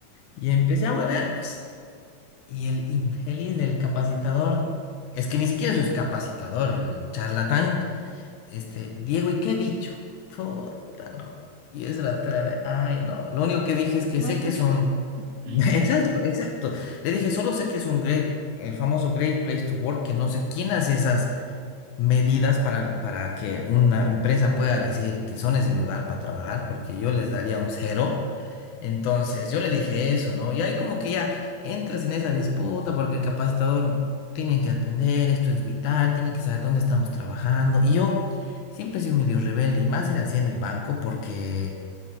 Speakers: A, on the left; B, on the right.
A: y empecé a huevear, pues. Y el Ingelis del capacitador, es que ni siquiera es capacitador, el charlatán, este, Diego, ¿y qué he dicho? Puta, no. Y es la otra vez, ay, no. Lo único que dije es que
B: No,
A: sé
B: pues,
A: que son.
B: <laughs>
A: <laughs> Exacto, exacto. Le dije, solo sé que es un great, el famoso Great Place to Work, que no sé quién hace esas medidas para, para que una empresa pueda decir que son ese lugar para trabajar, porque yo les daría un cero. Entonces yo le dije eso, ¿no? Y ahí como que ya entras en esa disputa porque capaz todos tienen que atender, esto es vital, tienen que saber dónde estamos trabajando. Y yo siempre he sido medio rebelde y más era así en el banco porque